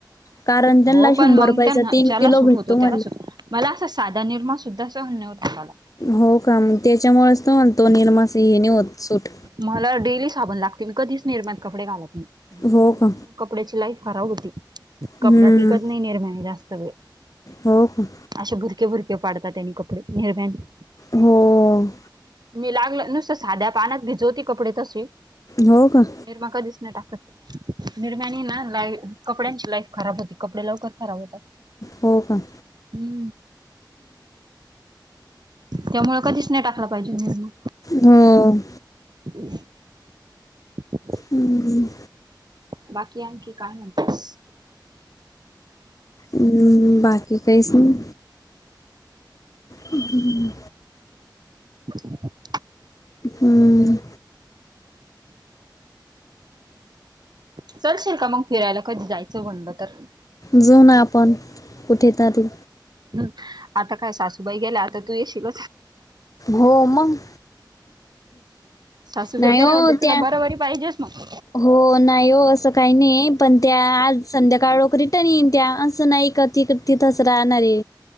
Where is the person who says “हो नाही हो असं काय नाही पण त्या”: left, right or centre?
Left